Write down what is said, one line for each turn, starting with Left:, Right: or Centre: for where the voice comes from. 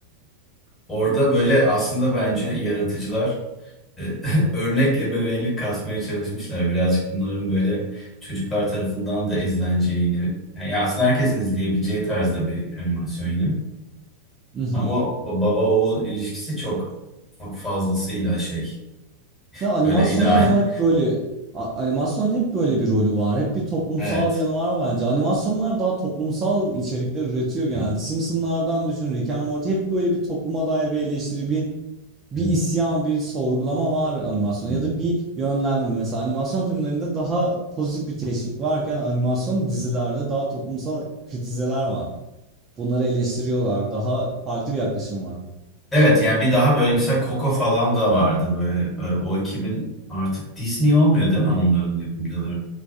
Left: Orada böyle aslında bence yaratıcılar e, <laughs> örnek ebeveynlik kasmaya çalışmışlar. Birazcık bunların böyle çocuklar tarafından da izleneceğini. Yani aslında herkesin izleyebileceği tarzda bir animasyon yine.
Right: <laughs>
Left: Ama o baba oğul ilişkisi çok çok fazlasıyla şey
Right: Ya animasyonların
Left: böyle ideal.
Right: ama
Left: <laughs>
Right: hep böyle a- animasyonun hep böyle bir rolü var. Hep bir toplumsal
Left: Evet.
Right: bir yanı var bence. Animasyonlar daha toplumsal içerikler üretiyor genelde.
Left: Hı.
Right: Simpsonlardan düşün, Rick and Morty hep böyle bir topluma dair bir eleştiri, bir bir
Left: Hı.
Right: isyan, bir sorgulama var animasyonda
Left: Hmm.
Right: ya da bir yönlendirme. Mesela animasyon filmlerinde daha pozitif bir teşvik varken animasyon dizilerde daha toplumsal kritizeler var. Bunları eleştiriyorlar. Daha farklı bir yaklaşım var.
Left: Evet yani bir daha böyle mesela Coco falan da vardı böyle E, o ekibin artık Disney olmuyor değil mi onların yapımcıları?